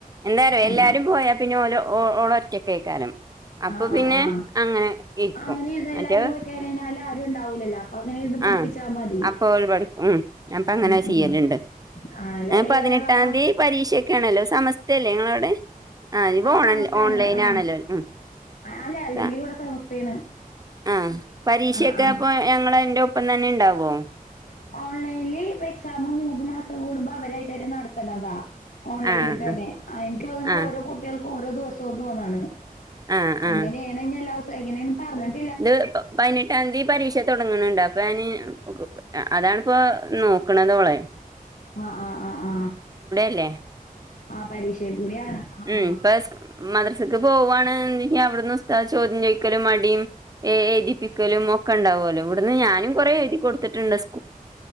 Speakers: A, on the right; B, on the left.
A: എന്തറിയോ
B: എന്നാ
A: എല്ലാരും പോയാ പിന്നെ ഓ ഓള ഒറ്റക്കേക്കാരം അപ്പൊ
B: ആ
A: പിന്നെ
B: ആ ആ
A: അങ്ങനെ ഇര്ക്കും
B: അങ്ങനെ ഇരുന്ന് എല്ലാരും
A: മറ്റേ
B: പോയി കഴിഞ്ഞാല് ആരും ഉണ്ടാവൂലല്ലോ അപ്പൊ അങ്ങനെ ഇരുന്ന് പഠിപ്പിച്ചാ
A: ആ
B: മതി.
A: അപ്പൊ ഒള് പഠി ഉം അപ്പങ്ങനെ
B: ഉം ഉം
A: ചെയ്യല്ണ്ട്
B: ആണല്ലേ
A: അ
B: ഇളയാളാ
A: പതിനെട്ടാ ന്തി പരീക്ഷൊക്കേണല്ലോ സമസ്തല്ലേ ഇങ്ങളവടെ ആ ഇപ്പ ഓൺ
B: സമസ്തയാണ്
A: ഓൺലൈൻ
B: ആ
A: ആണല്ലോ മ്
B: അല്ല അല്ലെങ്കിൽ
A: അ
B: ഇവിടെ സമസ്തയാണ്
A: ആ പരീക്ഷയൊക്കെ
B: ആ ആ
A: അപ്പൊ ഞങ്ങൾ അന്റെ ഒപ്പം തന്നെ ഇണ്ടാവോ
B: ഓൺലൈന്ല് ഇപ്പൊ എക്സാം മൂന്ന് മാസം കൂടുമ്പോ അവരായിട്ട് തന്നെ നടത്തണതാ ഓൺലൈനിൽ
A: ആഹ്
B: തന്നെ എനിക്ക് തോന്നണൂ
A: ആഹ്
B: ഓരോ കുട്ടിയാൾക്കും ഓരോ ദിവസോ തോന്നണ്
A: ആഹ്
B: അങ്ങനെണേങ്കി
A: ആഹ്
B: എല്ലാസോം എങ്ങാനേന്ന് പറഞ്ഞിട്ട്
A: ഇത് പതിനെട്ടാന്തി പരീക്ഷ തുടങ്ങണണ്ട് അപ്പൊ ഞാന് അ അതാണ്പ്പോ നോക്കണതോളെ
B: ആ ആ ആ ആ
A: അല്ലേ
B: ആ പരീക്ഷ കൂടിയ ആ
A: ഉം
B: ആആ
A: ഇപ്പ മദ്രസക്ക് പോവാന്ന്ങ്കി അവിടന്ന് ഉസ്താം ചോദ്യം ചോദിക്കല് അടിയും ഏ എഴ്തിപ്പിക്കലും ഒക്കെ ഉണ്ടാവലോ ഇവിടുന്ന് ഞാനും കുറേ എഴുതി കൊടുത്തിട്ട്ണ്ട് സ്